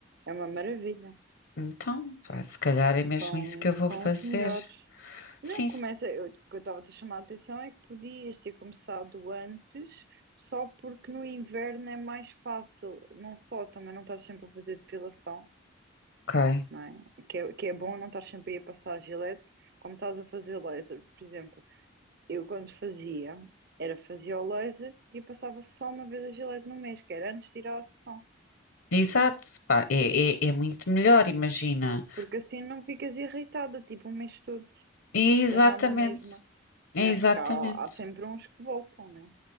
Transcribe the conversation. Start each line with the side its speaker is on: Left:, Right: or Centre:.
Right: é uma maravilha.
Left: Então, pá, se calhar é mesmo
Right: São,
Left: isso que eu
Right: são
Left: vou fazer.
Right: os melhores.
Left: Sim,
Right: Não, começa.
Left: se-
Right: Eu, o que eu estava a te chamar a atenção é que podias ter começado antes, só porque no inverno é mais fácil. Não só, também não estás sempre a fazer depilação,
Left: ok.
Right: não é? Que é, que é bom não estar sempre aí a passar a gilete, como estás a fazer laser, por exemplo. Eu quando fazia, era fazia o laser e passava só uma vez a gilete no mês, que era antes de ir à sessão.
Left: Exato, pá, é, é, é muito melhor, imagina.
Right: Porque assim não ficas irritada, tipo, o mês todo,
Left: E é exatamente,
Right: de andar na mesma.
Left: é
Right: Não
Left: exatamente.
Right: é? Porque há, há sempre uns que voltam, né?